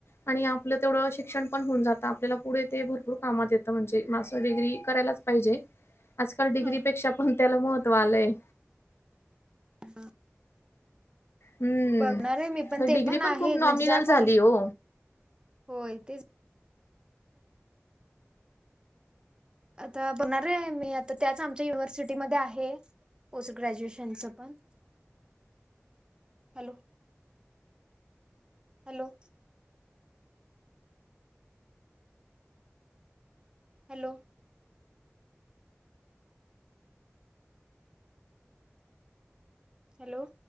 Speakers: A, on the left; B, on the right.
A: आणि आपलं तेवढं शिक्षण पण होऊन जातं आपल्याला पुढे ते भरपूर कामात येतं म्हणजे मास्टर डिग्री करायलाच पाहिजे आजकाल डिग्रीपेक्षा
B: हा
A: पण त्याला महत्त्व आलंय.
B: <unintelligible>
A: हम्म
B: बघणार ये मी पण
A: तर
B: ते
A: डिग्री
B: पण आहे
A: खूप
B: म्हणजे
A: नॉमिनल
B: ज्या कॉले
A: झाली हो.
B: होय तेच आता बघणार ये मी आता त्याच आमच्या युनिव्हर्सिटीमध्ये आहे पोस्ट ग्रॅज्युएशनचं पण हॅलो हॅलो हॅलो हॅलो